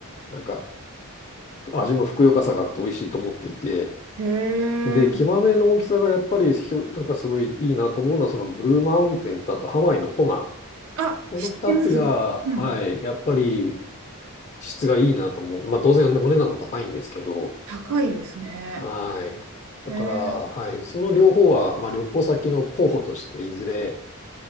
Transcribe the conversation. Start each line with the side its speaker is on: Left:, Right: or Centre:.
Left: なんか、味もふくよかさがあって美味しいと思っていて、
Right: い。へえ。
Left: で、キマメの大きさがやっぱりひょ、なんかすごいいいなと思うのは、そのブルーマウンテンとあとハワイのコナ。
Right: あ、
Left: この二つが、
Right: 知ってます。うん。
Left: はい、やっぱり質がいいなと思う。まあ当然ねお値段も高いんですけど、
Right: 高いですね。
Left: はい。だから、
Right: へえ。
Left: はい、その両方は、まあ旅行先の候補として、いずれ、